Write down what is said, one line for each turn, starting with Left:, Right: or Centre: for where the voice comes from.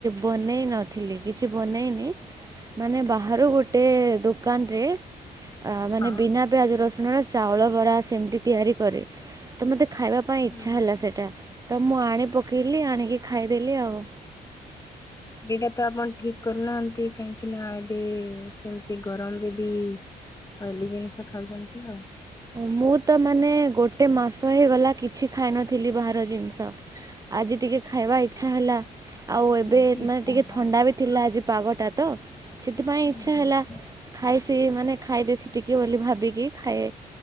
Right: ବନେଇ ନଥିଲି। କିଛି ବନେଇନି ମାନେ ବାହାରୁ ଗୋଟେ ଦୋକାନରେ ମାନେ
Left: ହଁ
Right: ବିନା ପିଆଜ ରସୁଣର ଚାଉଳ ବରା ସେମିତି ତିଆରି କରେ। ତ ମତେ ଖାଇବା ପାଇଁ ଇଚ୍ଛା
Left: ହୁଁ ହୁଁ।
Right: ହେଲା ସେଇଟା ତ ମୁଁ ଆଣି ପକେଇଲି ଆଣିକି ଖାଇଦେଲି ଆଉ।
Left: ଏଇଟା ତ ଆପଣ ଠିକ୍ କରୁନାହାନ୍ତି କାହିଁକି ନା ଏବେ ସେମିତି ଗରମରେ ବି ଅଏଲି ଜିନିଷ ଖାଉଛନ୍ତି ଆଉ।
Right: ମୁଁ ତ ମାନେ ଗୋଟେ ମାସ ହେଇଗଲା କିଛି ଖାଇନଥିଲି ବାହାର ଜିନିଷ। ଆଜି ଟିକେ ଖାଇବା ଇଚ୍ଛା ହେଲା। ଆଉ ଏବେ
Left: ଆଜି
Right: ମାନେ
Left: ଇଚ୍ଛା
Right: ଟିକେ
Left: ହେଲା।
Right: ଥଣ୍ଡା ବି ଥିଲା ଆଜି ପାଗଟା ତ ସେଥିପାଇଁ
Left: ହୁଁ
Right: ଇଚ୍ଛା
Left: ହୁଁ
Right: ହେଲା ଖାଇ ସେ ମାନେ ଖାଇଦେସି ଟିକେ ବୋଲି ଭାବିକି ଖାଏ